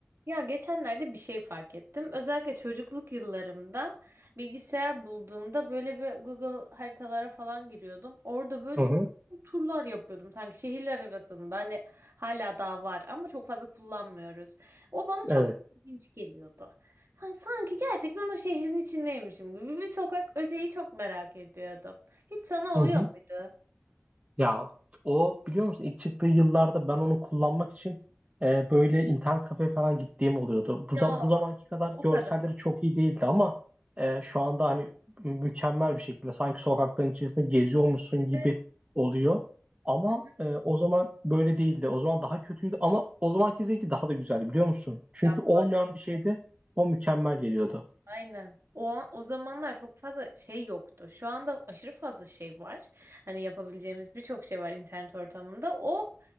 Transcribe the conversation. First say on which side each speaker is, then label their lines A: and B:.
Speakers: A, on the right (about 65°); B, on the right (about 25°).
A: Ya geçenlerde bir şey fark ettim. Özellikle çocukluk yıllarımda bilgisayar bulduğumda böyle bir Google haritalara falan giriyordum. Orada böyle
B: Hı hı,
A: sapma turlar yapıyordum sanki şehirler arasında. Hani hala daha var ama çok fazla kullanmıyoruz. O bana
B: evet.
A: çok ilginç geliyordu. Hani sanki gerçekten o şehrin içindeymişim gibi bir sokak öteyi çok merak ediyordum. Hiç sana oluyor
B: Hı hı.
A: muydu?
B: Ya o biliyor musun ilk çıktığı yıllarda ben onu kullanmak için e, böyle internet kafe falan gittiğim oluyordu.
A: Ya
B: Bu, zam- bu zamanki kadar
A: o
B: görselleri
A: kadar.
B: çok iyi değildi ama e, şu anda hani mükemmel bir şekilde sanki sokakların içerisinde geziyormuşsun gibi
A: Evet.
B: oluyor. Ama
A: Hı hı.
B: e, o zaman böyle değildi. O zaman daha kötüydü ama o zamanki zevki daha da güzeldi biliyor musun? Çünkü
A: Ya bu
B: olmayan
A: arada
B: bir şeyde o mükemmel geliyordu.
A: Aynen. O, an- o zamanlar çok fazla şey yoktu. Şu anda aşırı fazla şey var. Hani yapabileceğimiz birçok şey var internet ortamında. O